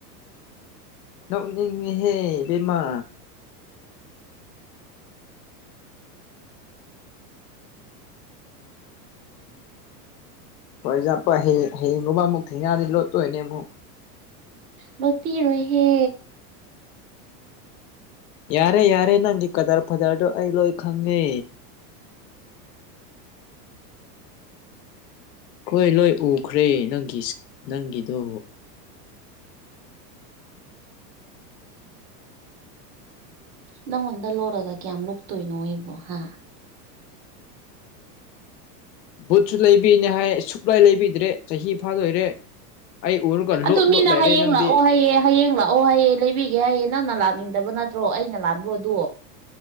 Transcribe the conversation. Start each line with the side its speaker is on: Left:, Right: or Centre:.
Left: ꯅꯣꯛꯅꯤꯡꯉꯦꯍꯦ ꯕꯦꯝꯃꯥ
Right: ꯎꯝ <inaudible> ꯎꯝ
Left: ꯋꯥꯏꯖꯠꯄ ꯍꯌꯦꯡ ꯍꯌꯦꯡꯒꯨꯝꯕ ꯑꯃꯨꯛ ꯊꯦꯡꯅꯔꯗꯤ ꯂꯣꯠꯇꯣꯏꯅꯦ ꯑꯃꯨꯛ
Right: <inaudible> ꯂꯣꯠꯄꯤꯔꯣꯏꯍꯦ
Left: ꯌꯥꯔꯦ ꯌꯥꯔꯦ ꯅꯪꯒꯤ ꯀꯗ꯭ꯔ ꯐꯗ꯭ꯔꯗꯣ ꯑꯩ ꯂꯣꯏ ꯈꯪꯉꯦ ꯑꯈꯣꯏ ꯂꯣꯏ ꯎꯈ꯭ꯔꯦ ꯅꯪꯒꯤ ꯅꯪꯒꯤꯗꯣ
Right: ꯅꯪꯉꯣꯟꯗ ꯂꯣꯔꯒ ꯀꯌꯥꯝ ꯂꯣꯛꯇꯣꯏꯅꯣ ꯑꯩꯕꯣ ꯍꯥ
Left: ꯕꯨꯠꯁꯨ ꯂꯩꯕꯤꯅꯦ ꯍꯥꯏ ꯁꯨꯛꯂꯩ ꯂꯩꯕꯤꯗ꯭ꯔꯦ ꯆꯍꯤ ꯐꯥꯗꯣꯏꯔꯦ ꯑꯩ ꯎꯔꯒ
Right: ꯑꯗꯨ
Left: ꯂꯣꯠ
Right: ꯃꯤꯅ
Left: ꯂꯣꯠ ꯂꯩꯔꯦ ꯅꯪꯗꯤ
Right: ꯍꯥꯏꯌꯦ ꯍꯌꯦꯡ ꯂꯥꯛꯑꯣ ꯍꯌꯦꯡ ꯂꯩꯕꯤꯒꯦ ꯍꯥꯏꯌꯦ ꯅꯪꯅ ꯂꯥꯛꯅꯤꯡꯗꯕ ꯅꯠꯇ꯭ꯔꯣ ꯑꯩꯅ ꯂꯥꯟꯕ꯭ꯔꯣ ꯑꯗꯣ